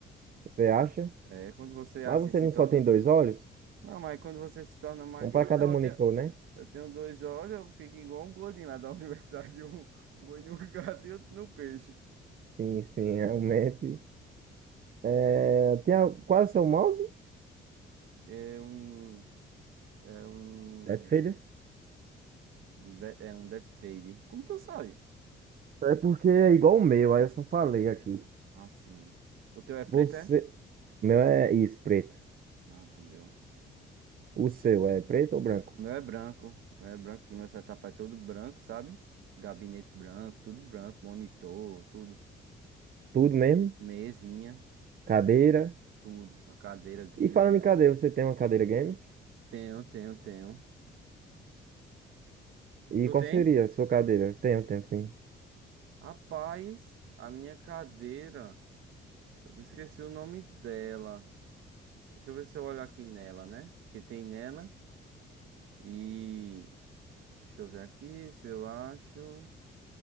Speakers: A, on the right; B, on the right.
A: você acha?
B: É, quando você
A: Mas
B: assim
A: você
B: se
A: não
B: torna.
A: só tem dois olhos?
B: Não, mas quando você se torna mais.
A: Um para
B: Então,
A: cada monitor,
B: eu tenho,
A: né?
B: eu tenho dois olhos, eu fico igual um gordinho lá da <laughs> universidade. Um, um olho no gato e outro no peixe.
A: Sim, sim, <laughs> realmente. É, tem a- qual é o seu mouse?
B: É um. É um.
A: Deathfader?
B: um de- É um death fade. Como tu sabe?
A: É porque é igual o meu, aí eu só falei aqui.
B: Assim. O teu é preto,
A: Você.
B: é?
A: O meu é isso, preto.
B: Ah, entendeu.
A: O seu é preto ou branco?
B: O meu é branco. O meu é branco, que meu setup é todo branco, sabe? Gabinete branco, tudo branco, monitor, tudo.
A: Tudo mesmo?
B: Mesinha,
A: Cadeira?
B: tudo. A cadeira game
A: E falando
B: é.
A: em cadeira, você tem uma cadeira games?
B: Tenho, tenho, tenho.
A: E
B: Tu
A: qual
B: tem?
A: seria a sua cadeira? Tenho, tenho sim.
B: Rapaz, a minha cadeira. Eu me esqueci o nome dela. Deixa eu ver se eu olho aqui nela, né? Que tem nela. E. Deixa eu ver aqui se eu acho.